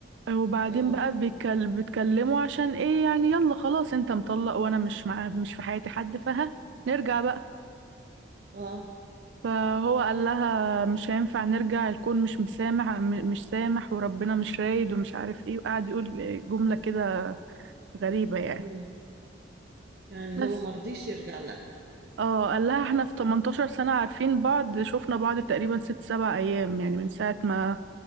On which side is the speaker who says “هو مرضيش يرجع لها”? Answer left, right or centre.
Right